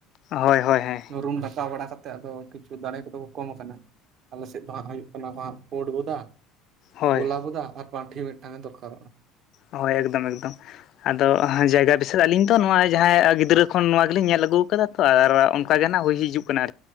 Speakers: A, on the left; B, on the right.
A: ᱦᱳᱭ ᱦᱳᱭ ᱦᱮ
B: ᱨᱩᱢ ᱜᱟᱰᱟᱠᱟᱣ ᱵᱟᱲᱟ ᱠᱟᱛᱮ ᱟᱫᱚ ᱠᱤᱪᱷᱩ ᱫᱟᱲᱮ ᱠᱚᱫᱚ ᱠᱚᱢ ᱟᱠᱟᱱᱟ ᱟᱞᱮᱥᱮᱫ ᱫᱚ ᱦᱟᱜ ᱦᱩᱭᱩᱜ ᱯᱩᱸᱰ ᱵᱚᱫᱟ,
A: ᱦᱳᱭ
B: ᱜᱳᱞᱟ ᱵᱚᱫᱟ, ᱟᱨ ᱯᱟᱹᱴᱷᱤ, ᱢᱤᱫᱴᱟᱝ ᱮ ᱫᱚᱨᱠᱟᱨᱚᱜᱼᱟ᱾
A: ᱦᱳᱭ ᱮᱠᱫᱚᱢ ᱮᱠᱫᱚᱢ ᱟᱫᱚ ᱡᱟᱭᱜᱟ ᱵᱤᱥᱟᱮᱫ ᱟᱹᱞᱤᱧ ᱫᱚ ᱱᱚᱣᱟ ᱡᱟᱦᱟᱸ ᱜᱤᱫᱽᱨᱟᱹ ᱠᱷᱚᱱ ᱱᱚᱣᱟ ᱜᱮᱞᱤᱧ ᱧᱮᱞ ᱟᱹᱜᱩ ᱟᱠᱟᱫᱟ᱾ ᱛᱚ ᱟᱨ ᱚᱱᱠᱟ ᱜᱮ ᱱᱟᱜ ᱦᱩᱭ ᱦᱤᱡᱩᱜ ᱠᱟᱱᱟ ᱟᱨᱼ᱾